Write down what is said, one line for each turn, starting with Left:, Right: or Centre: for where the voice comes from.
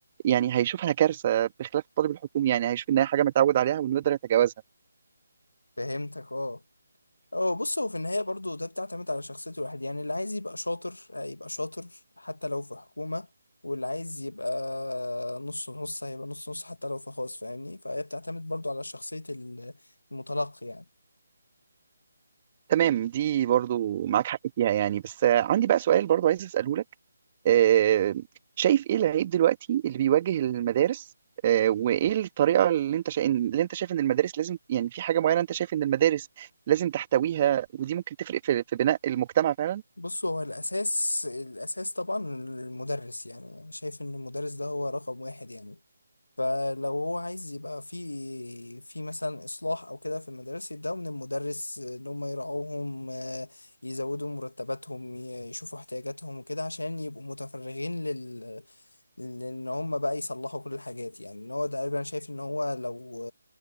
Right: يعني هيشوفها كارثة بخلاف الطالب الحكومي يعني هيشوف إنها حاجة متعود عليها وإنه يقدر يتجاوزها
Left: فهمتك اه اه بص هو في النهاية برضو ده بتعتمد على شخصية الواحد يعني اللي عايز يبقى شاطر هيبقى شاطر حتى لو في حكومة واللي عايز يبقى نص نص هيبقى نص نص حتى لو في خاص فاهمني فهي بتعتمد برضو على شخصية المتلقي يعني
Right: تمام دي برضو معاك حق فيها يعني بس آه، عندي بقى سؤال برضو عايز أسأله لك آه، شايف إيه العيب دلوقتي اللي بيواجه المدارس آه، وإيه الطريقة اللي أنت شا... اللي أنت شايف إن المدارس لازم يعني في حاجة معينة أنت شايف إن المدارس لازم تحتويها ودي ممكن تفرق في, في بناء المجتمع فعلا
Left: بص هو الأساس الأساس طبعا المدرس يعني أنا شايف إن المدرس ده هو رقم واحد يعني فلو هو عايز يبقى في في مثلا إصلاح أو كده في المدارس يبدأوا من المدرس إن هم يراعوهم آه، يزودوا مرتباتهم ي- يشوفوا احتياجاتهم وكده عشان يبقوا متفرغين لل لإن هم بقى يصلحوا كل الحاجات يعني إن هو ده أنا شايف إن هو لو